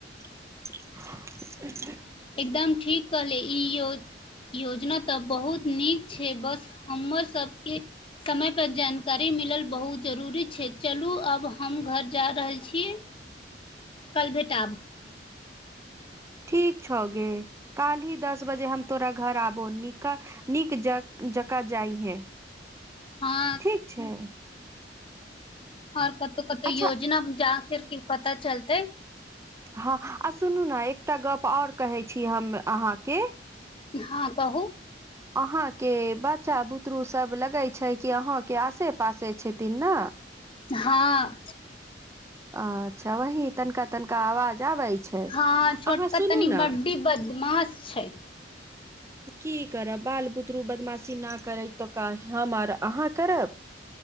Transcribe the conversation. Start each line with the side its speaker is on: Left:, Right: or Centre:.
Right: <inaudible>
Left: एकदम ठीक कहले ई यो योजना तऽ बहुत नीक छै बस हमर सबके समयपर जानकारी मिलल बहुत जरूरी छै चलू अब हम घर जा रहल छी कल भेटब
Right: ठीक छगे कालही दस बजे हम तोरा घर आब निक नीक जका जका जाइए है
Left: हँ
Right: ठीक छै
Left: ओर कतहु कतहु
Right: अच्छा
Left: योजना जा फरके पता चलतै
Right: हँ आ सुनू ने एकटा गप ओर कहै छी हम अहाँके
Left: हाँ कहू
Right: अहांके बच्चा बुतरू सब लगे छै कि अहाँके आसे पासे छथिन ने
Left: हाँ
Right: अच्छा वही तनिका तनिका आवाज आबै छै
Left: हाँ छोटक
Right: अहाँ सुनू
Left: तनी
Right: ने
Left: बड्डी बदमाश छै
Right: की करब बाल बुतरू बदमाशी नहि करै तऽ कह हम अहाँ करब